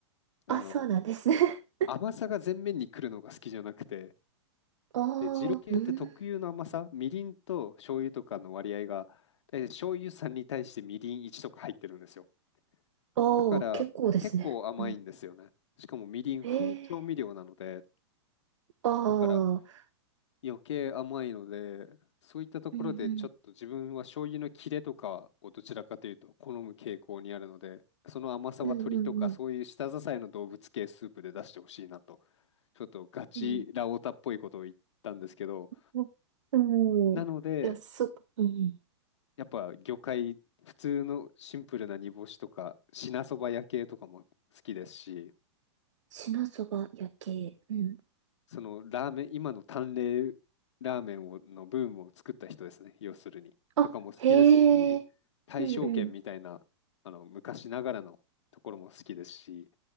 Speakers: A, on the left; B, on the right.
A: あの、
B: あ、そうなんですね。<laughs>
A: 甘さが前面に来るのが好きじゃなくて、
B: あ
A: で、二郎系って特有の甘さ、
B: あ、うん。
A: みりんと醤油とかの割合が、大体醤油3に対してみりん1とか入ってるんですよ。
B: ああ、
A: だから結構甘いんですよね。
B: 結構ですね。うん。
A: しかもみりん、
B: ええ
A: 風調味料なので、
B: ー。ああ。
A: だから余計甘いので、そういったところでちょっと自分は醤油の切れとかをどちらかというと好む傾向にあるので、
B: うんうん。
A: その甘さは鶏とかそういう舌支えの動物系スープで出してほしいなと、
B: うんうん
A: ちょっとガチラオタっぽいことを言ったんですけど、
B: うん。うん。うん、
A: なので、
B: いや、そ、うんうん。
A: やっぱ魚介、普通のシンプルな煮干しとか、品そば焼系とかも好きですし、
B: しなそば焼け。うん。
A: そのラーメン、今の淡麗ラーメンをのブームを作った人ですね、要するに。
B: あ、
A: とかも好きですし、
B: へえ。
A: 大正軒みたいな、
B: うんうん。
A: あの、昔ながらのところも好きですし、